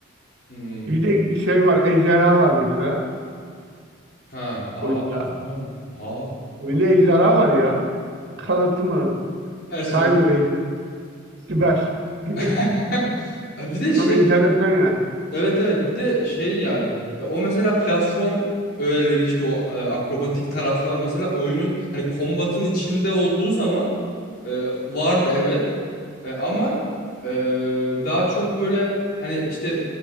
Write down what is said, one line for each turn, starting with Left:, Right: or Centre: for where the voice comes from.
Left: Hmm.
Right: Bir de şey var ejderha var mesela
Left: Ha. Aa.
Right: oyunda.
Left: acaba mı? Ha.
Right: Oyunda ejderha var ya. Kanatlı mı?
Left: Her şey.
Right: Cyber Ranger, Siber gibi.
Left: <laughs> Bir de şey
Right: Çok enteresan yani.
Left: Evet evet bir de şey yani e, o mesela platform öğeleri işte o e, akrobatik taraflar mesela oyunun hani kombatın içinde olduğu zaman e, vardı evet. E, ama e, daha çok böyle hani işte